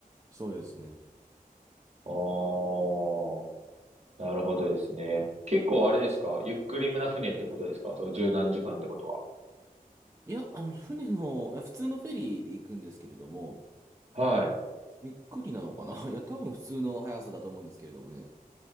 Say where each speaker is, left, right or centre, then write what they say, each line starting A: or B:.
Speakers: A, on the right (about 20°); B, on the right (about 45°).
A: そうですね。
B: おあ、なるほどですね。結構あれですかゆっくりめな船ってことですかそう、十何時間ってことは。
A: いや、あの、船の、あ普通のフェリーで行くんですけれども、
B: はい。
A: ゆっくりなのかな <laughs> いや、多分普通の速さだと思うんですけれどもね。